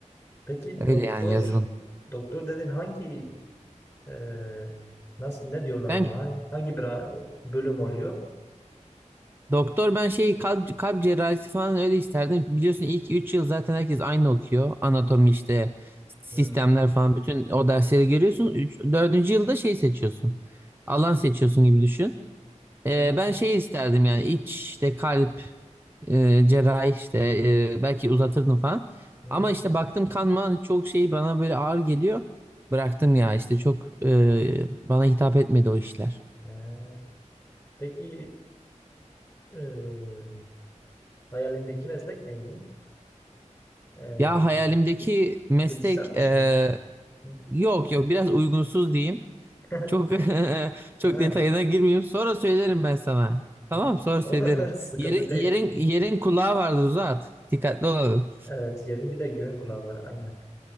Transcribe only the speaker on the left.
Peki
doktor
doktor dedin hangi e, nasıl ne diyorlar
ona hangi, hangi bra- bölüm oluyor?
Hmm.
Ha,
hmm.
Ee, Peki e, hayalindeki meslek neydi? Ee,
bilgisayar mı
şey? mi? Hı.
<laughs>
Ha,
ha.
Olur
<laughs> sıkıntı
değil.
Evet yerin bir de göğün kulağı var aynen.